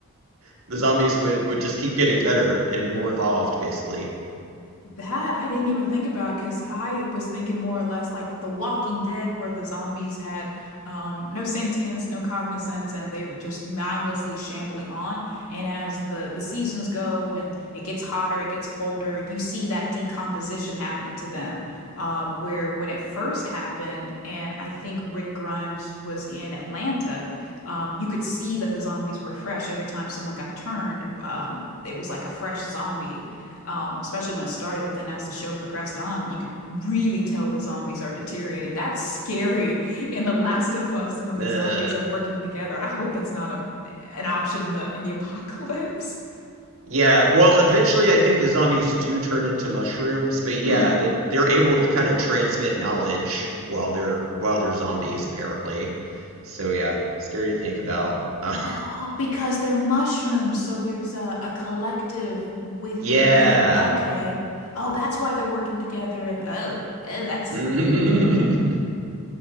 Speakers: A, on the right; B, on the left.
A: <laughs> the zombies would would just keep getting better and more evolved, basically.
B: That I didn't even think about because I was thinking more or less like The Walking Dead, where the zombies had um, no sentience, no cognizance, and they were just mindlessly shambling on. And as the the seasons go and it gets hotter, it gets colder, you see that decomposition happening to them. Um, where when it first happened, and I think Rick Grimes was in Atlanta, um, you could see that the zombies were fresh every time someone got turned. Um, it was like a fresh zombie, um, especially when it started. But then as the show progressed on, you could really tell the zombies are deteriorating. That's scary in The Last of Us when
A: Uh,
B: the zombies are working together. I hope that's not a an option in the in the <laughs> apocalypse.
A: yeah, well, eventually I think the zombies do turn into mushrooms, but yeah,
B: Mm.
A: they they're able to kind of transmit knowledge while they're while they're zombies, apparently. So yeah, scary to think about. Uh,
B: Oh, because they're mushrooms, so there's a, a collective with
A: <laughs> yeah.
B: it being okay. Oh, that's why they're working together and oh, oh, that's
A: <laughs>